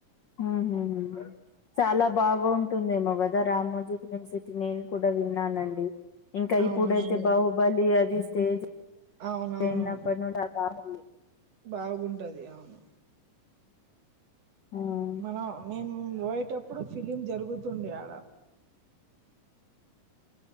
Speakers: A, on the left (about 80°); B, on the right (about 55°).
A: ఉహు చాలా బాగా ఉంటుందేమోగది. ద రామోజు ఫిలిమ్ సిటీ నేను కూడా విన్నానండి ఇంకా
B: అవునవును
A: ఇప్పుడైతే బావు. బలి అది స్టేజ్.
B: అవునవును
A: అయినప్పటి నుండి ఆ బాగా
B: బాగుంటది అవును.
A: ఉమ్.
B: మనం నేను పోయేటప్పుడు ఫిలింజరుగుతుండే ఆడ.